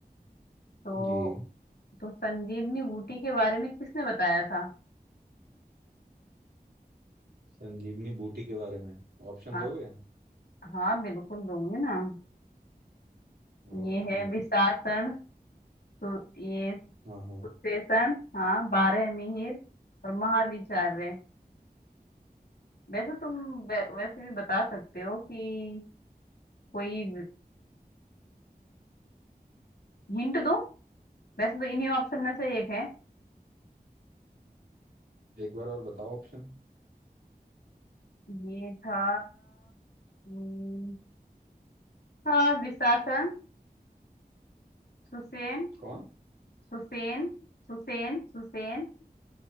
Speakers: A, on the left; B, on the right.
A: तो
B: जी
A: तो संजीवनी बूटी के बारे में किसने बताया था
B: संजीवनी बूटी के बारे में ऑप्शन
A: हाँ
B: दोगे
A: हाँ बिल्कुल दूंगी ना
B: हाँ
A: ये
B: ऑप्शन
A: है
B: दो
A: विशासन सु, ये सुशेषण
B: हाँ हाँ
A: हाँ बारह मिहिर और महाविचार्य वैसे तुम वै, वैसे भी बता सकते हो कि कोई हिंट दूं वैसे तो इन्हीं ऑप्शन में से एक है
B: एक बार और बताओ ऑप्शन
A: ये था हम्म, हाँ विशासन सुसेन
B: कौन
A: सुसेन सुसेन सुसेन